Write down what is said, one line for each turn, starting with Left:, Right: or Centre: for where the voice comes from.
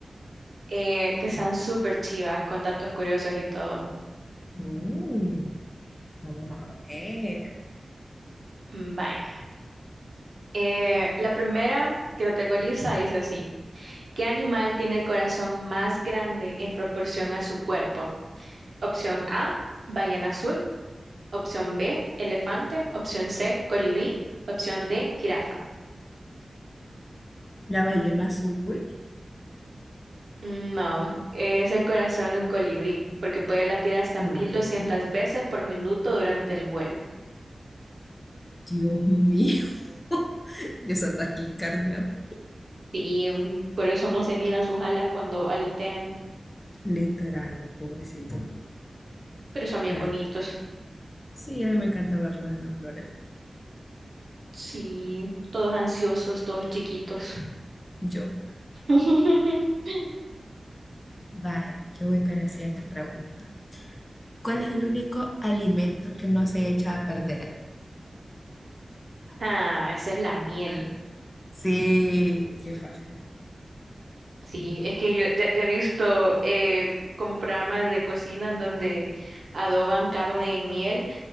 Right: eh, que están súper chivas con datos curiosos y todo.
Left: Uh, vamos a ver.
Right: Mm, Vaya. Eh, la primera que te tengo lista dice así. ¿Qué animal tiene el corazón más grande en proporción a su cuerpo? Opción A, ballena azul. Opción B, elefante. Opción C, colibrí. Opción D, jirafa.
Left: La ballena azul.
Right: Mm, No, es el corazón de un colibrí, porque puede latir hasta mil
Left: Oh,
Right: doscientas veces por minuto durante el vuelo.
Left: Dios mío. <laughs> Y esa taquicardia.
Right: Y mm, por eso no se miran sus alas cuando aletean,
Left: Literal, vos, pobrecitos.
Right: pero son bien
Left: Ay,
Right: bonitos.
Left: sí, a mí me encanta verlos en las flores.
Right: Sí, todos ansiosos, todos chiquitos.
Left: Yo,
Right: <laughs>
Left: vaya, yo voy con la siguiente pregunta. ¿Cuál es el único alimento que no se echa a perder?
Right: Ah, esa es la miel.
Left: Ah, Sí, qué fácil.
Right: Sí, es que yo ya, ya he visto eh, como programas de cocina en donde adoban carne en miel